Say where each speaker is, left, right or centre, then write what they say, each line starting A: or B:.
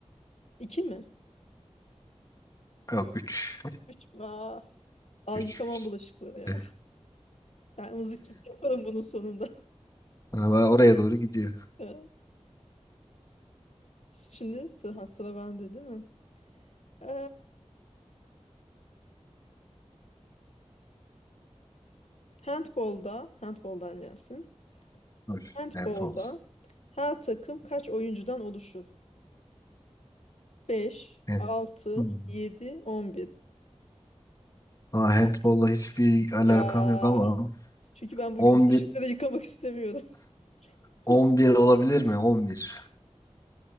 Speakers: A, on the left (about 70°); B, on the left (about 30°).
A: İki mi?
B: Yok Üç
A: Üç mü? Aa, al
B: 3.
A: yıkamam bulaşıkları ya.
B: <laughs>
A: Ben mızıkçılık yaparım bunun sonunda. <laughs>
B: Valla oraya doğru gidiyor.
A: Evet. Şimdi sıra, ha, sıra bende değil mi? Ee, handbolda, handboldan gelsin.
B: Hoş.
A: Handbolda
B: Handball.
A: her takım kaç oyuncudan oluşur? Beş
B: Hand-
A: altı
B: Hmm.
A: yedi on bir.
B: Aa, handball'la hiçbir alakam
A: Ya.
B: yok ama
A: Çünkü ben bugün
B: on
A: bulaşıkları
B: bir,
A: yıkamak istemiyorum.
B: on
A: <laughs>
B: bir olabilir mi? 11.